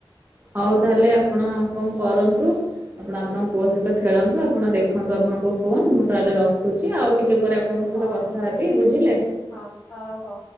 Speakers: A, on the right; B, on the left.
A: ହଉ ତାହେଲେ ଆପଣ କଣ କରନ୍ତୁ ଆପଣ ଆପଣଙ୍କ ପୁଅ ସହିତ ଖେଳନ୍ତୁ ଆପଣ ଦେଖନ୍ତୁ ଆପଣଙ୍କୁ ଫୋନ ମୁଁ ତାହେଲେ ରଖୁଛି ଆଉ ଟିକେ ପରେ ଆପଣଙ୍କ ସହିତ
B: ହଉ
A: କଥା ହେବି ବୁଝିଲେ।
B: ହଁ ହଉ ହଉ।